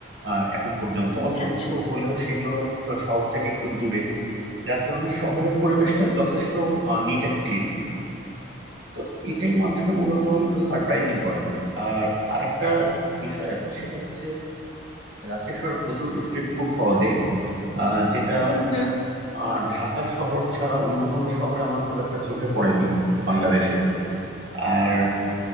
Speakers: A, on the right (about 60°); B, on the left (about 30°).
A: আহ, এখন পর্যন্ত
B: আচ্ছা
A: অল্প
B: আচ্ছা
A: কিছু হলেও সেগুলো আহ, শহর থেকে একটু দূরে যার কারণে শহরের পরিবেশটা যথেষ্ট নিট অ্যান্ড ক্লিন তো এটাই মানুষকে মূলত একটু সারপ্রাইজিং করে আর আরেকটা বিষয় আছে সেটা হচ্ছে রাজশাহী শহরে প্রচুর স্ট্রিট ফুড পাওয়া যায় আহ, যেটা
B: হুম হুম
A: আহ, ঢাকা শহর ছাড়া অন্য কোনো শহরে আমার খুব একটা চোখে পড়েনি বাংলাদেশে আর